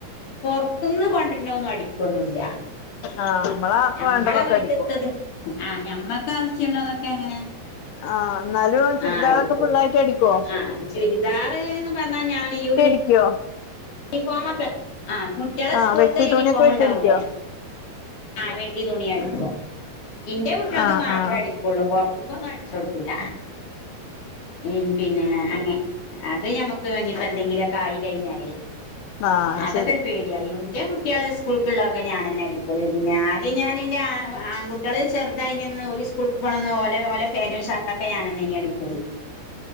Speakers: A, on the left; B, on the left.
A: പൊറത്തുന്ന് കൊണ്ടിരുന്നന്നു അടിക്കോന്നുല്ല.
B: ആഹ് നമ്മള
A: നമ്മളെ
B: വേണ്ടതൊക്കെ
A: വീട്ടിത്തത്
B: അടിക്കും
A: ആ ഞമ്മക്ക് ആാവശ്യള്ളതൊക്കെ ഇങ്ങനെ
B: ആഹ് എന്നാലും ചുരിദാറൊക്കെ
A: ആഹ് അടിക്കും
B: ഫുള്ളായിട്ട് അടിക്കോ
A: ആഹ് ഞങ്ങനെന്ന് പറഞ്ഞാൽ ഞാനി യൂണി
B: ടിക്കോ
A: യൂണിഫോമൊക്കെ. ആഹ് കുട്ടികളെ
B: ആഹ്
A: സ്കൂളത്തെ
B: വെട്ടി
A: യൂണിഫോം
B: തുണിയൊക്കെ വെട്ടി
A: ഉണ്ടാവൂല്ലേ.
B: അടിക്കോ
A: ആഹ് വെട്ടി തുണിയടുക്കു ഇന്റെ കുട്ടികൾക്ക്
B: ആഹ്
A: മാത്രം
B: ആഹ്
A: അടി പള്ളും പൊറത്തുകൊന്നും അടിച്ച് കൊടുക്കൂല. ഉം പിന്നെ അങ്ങ അത് ഞമ്മക്ക് ഇനി ഇപ്പോ എന്തെകിലുയൊക്കെ ആയി കഴിഞ്ഞാലേ
B: ആഹ്
A: അതൊക്കെ
B: ശരി
A: ഒരു പേടി എന്റെ കുട്ടികളെ സ്കൂൾക്കുള്ളൊക്കെ ഞാൻ തന്നെ അടിക്കല്ലേ. പിന്നെ ആദ്യം ഞാൻ ന്റെ ആ ആൺകുട്ടി കുട്ട്യാള് ചെറുതായിനന്ന് ഓല് സ്കൂൾക്ക് പോണന്ന് ഓലെ ഓലെ പാൻ്റും ഷർട്ടൊക്കെ ഞാനന്നെന് അടിക്കല്